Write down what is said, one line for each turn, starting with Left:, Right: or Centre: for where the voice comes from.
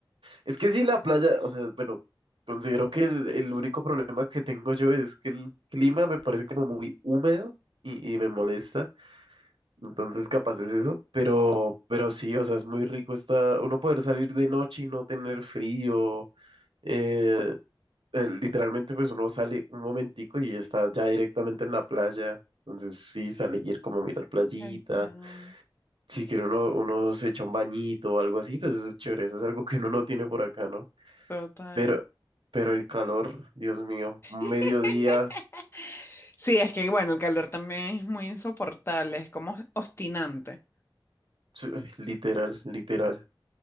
Right: es que sí, la playa, o sea, bueno, considero que el, el único problema que tengo yo es que el clima me parece como muy húmedo y, y me molesta. Entonces, capaz es eso. Pero, pero sí, o sea, es muy rico estar, uno poder salir de noche y no tener frío. eh, eh, literalmente pues uno sale un momentico y está ya directamente en la playa. Entonces sí, sale ir como a mirar playita.
Left: Ay, caramba.
Right: Si quiere uno, uno se echa un bañito o algo así, pues eso es chévere. Eso es algo que uno no tiene por acá, ¿no?
Left: Total.
Right: Pero, pero el calor, Dios mío,
Left: <laughs>
Right: un mediodía,
Left: Sí, es que bueno, el calor también es muy insoportable, es como obstinante.
Right: sí, <laughs> ay, literal, literal.